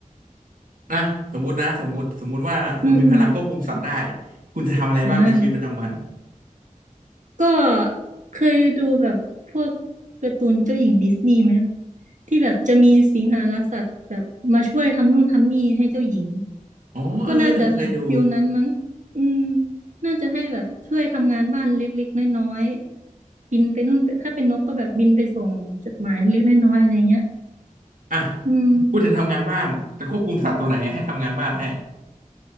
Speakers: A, on the right; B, on the right.
A: นะสมมุตินะสมมุติสมมุติว่าคุณมีพลังควบคุมสัตว์ได้
B: อืมอืม
A: คุณจะทำอะไรบ้างในชีวิตประจำวัน
B: อ่า ก็เคยดูแบบพวกการ์ตูนเจ้าหญิงดิสนีย์ไหมที่แบบจะมีสิงหาราสัตว์แบบมาช่วยทำนู่นทำนี่ให้เจ้าหญิง
A: อ๋อเออเออเคยดู
B: ก็น่าจะแบบฟิลนั้นมั้งอืมน่าจะให้แบบช่วยทำงานบ้านเล็กๆน้อยๆบินไปนู่นไปถ้าเป็นนกก็แบบบินไปส่งจดหมายเล็กๆน้อยๆอะไรเงี้ย
A: อ่ะ
B: อืม
A: พูดถึงทำงานบ้านจะควบคุมสัตว์ตัวไหนให้ทำงานบ้านให้